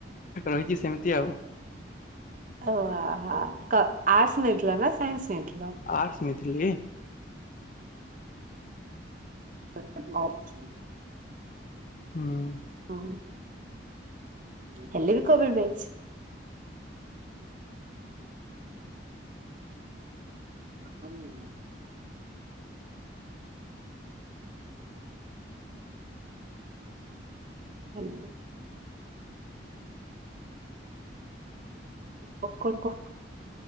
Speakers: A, on the left (about 45°); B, on the right (about 45°).
A: ରହିଛି ସେମିତି ଆଉ
B: ଓହୋ କା ଆର୍ଟସ୍ ନେଇଥିଲା ନା ସାଇନ୍ସ ନେଇଥିଲା?
A: ଆର୍ସ ନେଇଥିଲି।
B: <inaudible>
A: ହଁ।
B: ହଁ ହେଲେ ବି କୋଭିଡ ବ୍ୟା ହୁଁ। ଧନ୍ୟବାଦ। <inaudible>